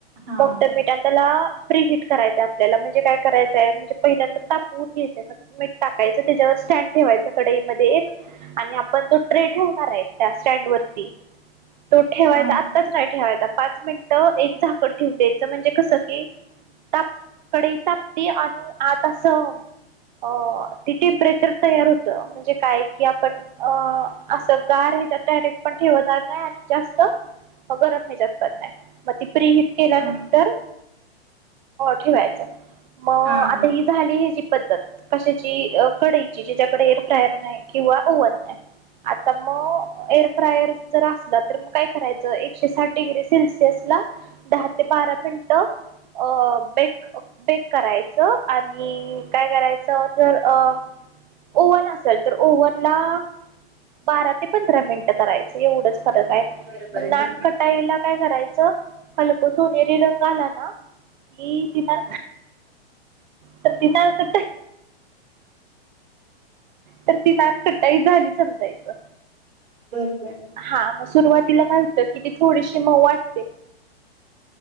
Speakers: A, on the right (about 65°); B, on the right (about 45°).
A: हा
B: मोठं मठ त्याला प्री हट करायचंय आपल्याला म्हणजे काय करायचंय म्हणजे पहिल्यांदर तापवून घ्यायचंय मीठ टाकायचं त्याच्यावर स्टँड ठेवायचं कडाईमध्येध्ये एक आणि आपण तो ट्रे ठेवणार आहे त्या स्टँड वरती तो ठेवायचा
A: हा
B: आत्ताच नाही ठेवायचा पाच मिनट एक झाकण ठेव द्यायच म्हणजे कस की तापकडे तापते आणि आता अस अ ती टेम्परेचर तयार होतं म्हणजे काय कि आपण अ असं गार हच्यात डायरेक्ट पण ठेवणार नाही आणि जास्त गरम हे जात नाही मग ती फ हट केल्यानंतर
A: हा हा
B: ठेवायचं मग
A: हा
B: आता ह झाली ह जी पद्धत कशाची कढईची जच्या्याकडे एअरफ्रायर नाही किंवा ओव्हन नाही आता मग एअर फ्रायर जर असला तर मग काय करायचं एकशे साठ डिग्री सेल्सि सला ते बारा मिनिटं अ बेट बेक करायचं आणि काय करायचं जर अ ओव्हन असेल तर ओव्हन ला बारा ते पंधरा मिनिटं करायचं एवढंच फरक आहे
A: बरं बरं
B: नान
A: ठीक आहे
B: कटाईला काय करायचं अस उनेरी रंग आला ना कि तिना त त नाळ कत तर ती नान कटाई झाली समजायचं
A: बर बर
B: हा मग सुरुवातीला काय होतं कि ती थोडीशी मऊ वाटते